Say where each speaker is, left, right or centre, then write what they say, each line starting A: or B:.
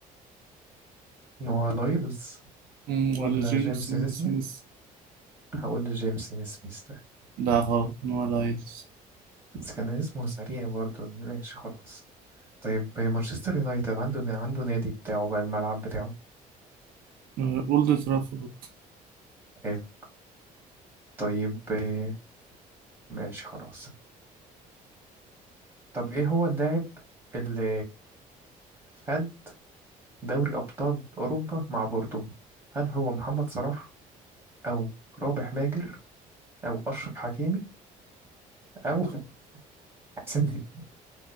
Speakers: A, on the right; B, on the right.
A: نوع لايلز
B: مم،
A: ولا
B: ولا جيمس
A: جيمسون
B: نيسميث
A: سميث هقول جيمسون سميث ده
B: لا غلط نوا لايلز
A: بس كان اسمه سريع برضه ماشي خلاص طيب مانشستر يونايتد عنده عنده نادي بتاعه بقى الملعب بتاعه
B: آه، أولد ترافورد
A: حلو طيب آه، ماشي خلاص طب ايه هو اللاعب اللي خد دوري أبطال أوروبا مع بوردو هل هو محمد صلاح أو رابح ماجر أو أشرف حكيمي أو <laughs> حسين البدري؟